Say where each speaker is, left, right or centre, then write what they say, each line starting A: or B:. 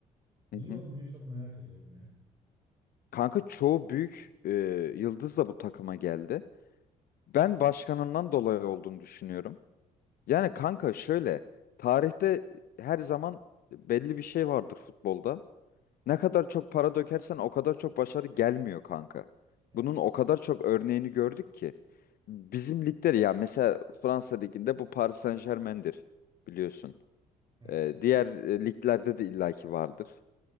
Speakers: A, on the right; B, on the left.
A: Niye
B: Hı hı.
A: olmuyor çok merak ediyorum ya.
B: Kanka çoğu büyük e, yıldız da bu takıma geldi. Ben başkanından dolayı olduğunu düşünüyorum. Yani kanka şöyle tarihte her zaman belli bir şey vardır futbolda. Ne kadar çok para dökersen o kadar çok başarı gelmiyor kanka.
A: Evet.
B: Bunun o kadar çok örneğini gördük ki. Bizim ligler ya mesela Fransa liginde bu Paris Saint-Germain'dir biliyorsun.
A: Evet,
B: Ee, diğer e, liglerde de illaki vardır.